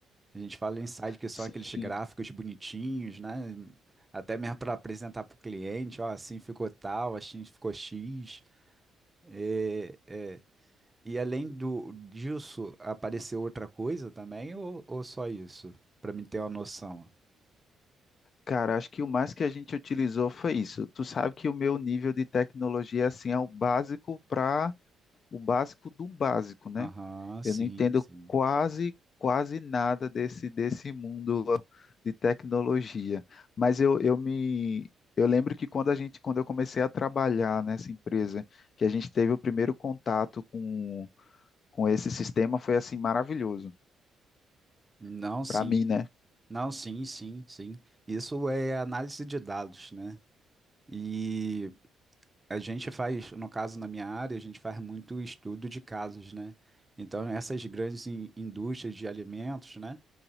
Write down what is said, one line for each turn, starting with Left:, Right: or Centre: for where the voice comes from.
Right: A gente fala em site que
Left: Sim,
Right: são aqueles gráficos bonitinhos, né? Até mesmo para apresentar para o cliente, ó, assim ficou tal, assim ficou X. É, é. E além do, disso, apareceu outra coisa também, ou, ou só isso? Para mim ter uma noção.
Left: cara, acho que o mais que a gente utilizou foi isso. Tu sabe que o meu nível de tecnologia assim é o básico para o básico do básico, né?
Right: Aham, sim,
Left: Eu não entendo
Right: sim.
Left: quase, quase nada desse, desse mundo de tecnologia, mas eu, eu me eu lembro que quando a gente, quando eu comecei a trabalhar nessa empresa, que a gente teve o primeiro contato com, com esse sistema, foi assim maravilhoso
Right: Não, sim.
Left: para mim, né?
Right: Não, sim, sim, sim. Isso é análise de dados, né? E A gente faz, no caso, na minha área, a gente faz muito estudo de casos, né? Então, essas grandes in- indústrias de alimentos, né?